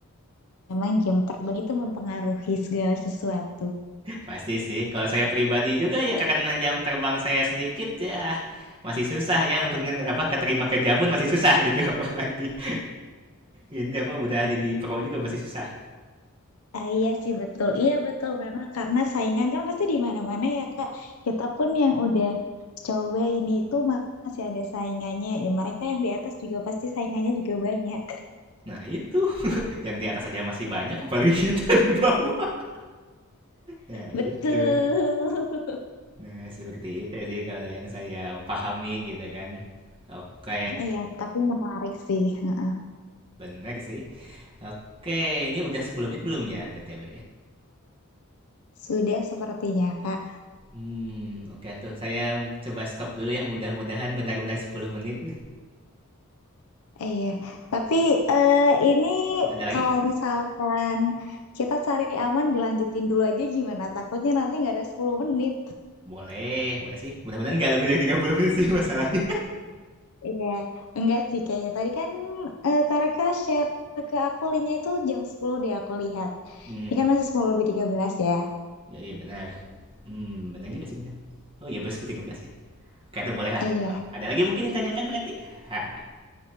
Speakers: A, on the left; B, on the right.
A: memang jam terbang itu mempengaruhi segala sesuatu.
B: Pasti sih, kalau saya pribadi juga ya karena jam terbang saya sedikit ya masih susah ya untuk apa keterima kerja pun masih susah <laughs> gitu apalagi ini apa udah jadi pro juga masih susah.
A: Ah, iya sih betul. Iya betul memang karena saingan kan pasti di mana-mana ya Kak. Kita pun yang udah coba ini itu masih ada saingannya. Ya, Mereka yang di atas juga pasti saingannya juga banyak.
B: Nah itu yang di atas aja masih banyak apalagi <laughs> kita di bawah. Nah itu,
A: Betul. <laughs>
B: nah seperti itu ya sih kalau yang saya pahami gitu kan. Oke,
A: Iya, tapi menarik sih. Heeh.
B: benar sih. Oke, ini udah 10 menit belum ya btw?
A: Sudah sepertinya Kak.
B: Hmm, oke tuh saya coba stop dulu ya mudah-mudahan benar-benar 10 menit.
A: Eh, Iya, tapi eh, ini
B: Ada lagi?
A: kalau misalkan kita cari aman dilanjutin dulu aja gimana? Takutnya nanti nggak ada 10 menit.
B: Boleh, boleh sih. Mudah-mudahan nggak lebih dari 30 menit sih masalahnya.
A: Iya, enggak sih kayaknya. Tadi kan eh, Kak Reka share ke aku linknya itu jam 10 deh aku lihat.
B: <laughs> hmm,
A: Ini kan masih sepuluh lebih 13 ya.
B: ya, iya benar. Hmm, benar juga sih benar. Oh iya, berarti 13 ya. Oke, itu boleh lah.
A: Iya.
B: Oke, Ada lagi mungkin yang tanyakan berarti? <laughs>